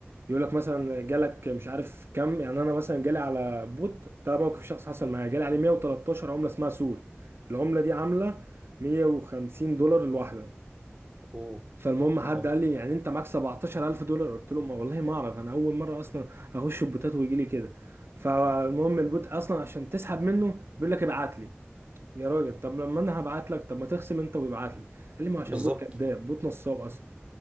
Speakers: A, on the right; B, on the right.
A: يقول لك مثلا جالك مش عارف كم يعني انا مثلا جالي على بوت ده موقف شخص حصل معايا جالي عليه 113 عمله اسمها سول العمله دي عامله 150 دولار الواحده
B: اوه
A: فالمهم حد
B: حلو.
A: قال لي يعني انت معاك 17000 دولار قلت له ما والله ما اعرف انا اول مره اصلا اخش البوتات ويجي لي كده فالمهم البوت اصلا عشان تسحب منه بيقول لك ابعت لي يا راجل طب لما انا هبعت لك طب ما تخصم انت ويبعت لي قال لي ما عشان
B: بالظبط
A: بوت كذاب بوت نصاب اصلا